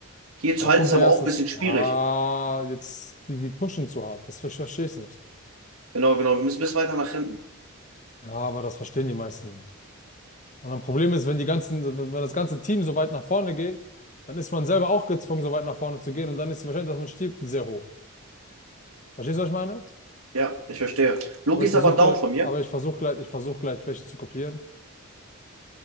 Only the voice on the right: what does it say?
Hier zu
halten
ist
aber
auch ein bisschen
schwierig.
Genau, genau. Wir müssen bis weiter nach hinten.
Ja, ich verstehe. Loki
ist
aber down von mir.